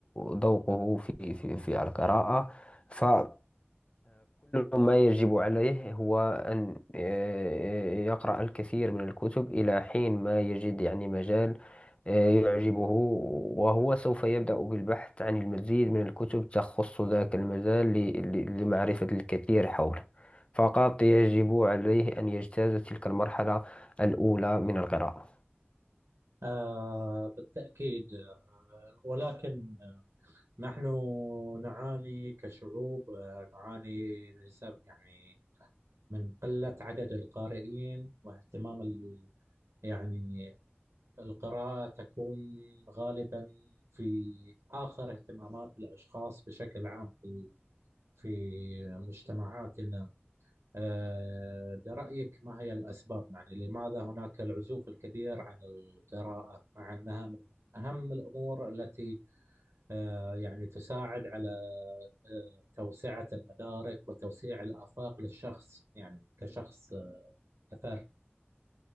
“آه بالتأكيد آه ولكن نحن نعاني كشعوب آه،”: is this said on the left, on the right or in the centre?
Right